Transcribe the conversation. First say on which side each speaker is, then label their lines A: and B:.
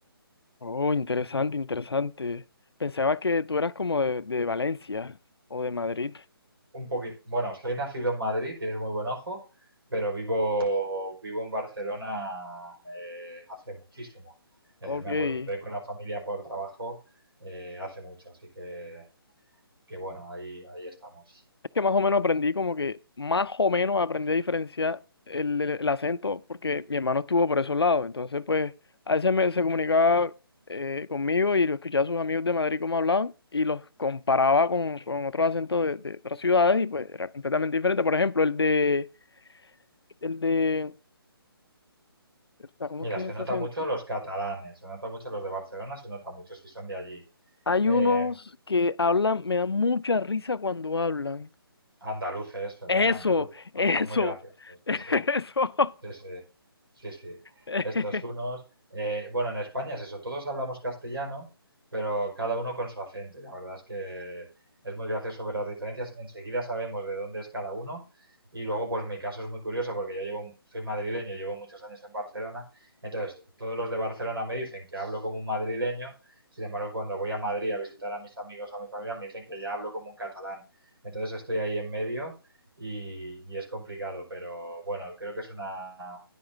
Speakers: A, on the left; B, on the right.
A: Oh, interesante, interesante. Pensaba que tú eras como de de Valencia o de Madrid.
B: Un poquito. Bueno, soy nacido en Madrid, tienes muy buen ojo, pero vivo, vivo en Barcelona eh, hace muchísimo. Eh,
A: Ok,
B: me
A: es
B: mudé con la familia por trabajo eh, hace mucho, así que, que bueno, ahí, ahí estamos.
A: que más o menos aprendí como que, más o menos aprendí a diferenciar el, el- el acento porque mi hermano estuvo por esos lados, entonces pues a veces me, se comunicaba eh, conmigo y lo escuchaba a sus amigos de Madrid cómo hablaban y los comparaba con, con otros acentos de, de otras ciudades y pues era completamente diferente. Por ejemplo, el de, el de, espera, ¿cómo
B: Mira,
A: es que
B: se
A: es ese
B: nota
A: acento?
B: mucho los catalanes, se nota mucho los de Barcelona, se nota mucho si son de allí.
A: Hay
B: Eh,
A: unos que hablan, me dan mucha risa cuando hablan.
B: andaluces, serán
A: Eso,
B: andaluces,
A: eso,
B: ¿no? Son muy graciosos,
A: <laughs> eso.
B: sí, sí. Sí, sí, sí, sí.
A: <laughs>
B: Estos unos, eh, bueno, en España es eso, todos hablamos castellano, pero cada uno con su acento. Y la verdad es que es muy gracioso ver las diferencias. Enseguida sabemos de dónde es cada uno. Y luego, pues mi caso es muy curioso porque yo llevo, soy madrileño, llevo muchos años en Barcelona. Entonces, todos los de Barcelona me dicen que hablo como un madrileño. Sin embargo, cuando voy a Madrid a visitar a mis amigos o a mi familia, me dicen que ya hablo como un catalán. Entonces, estoy ahí en medio y, y es complicado, pero bueno, creo que es una,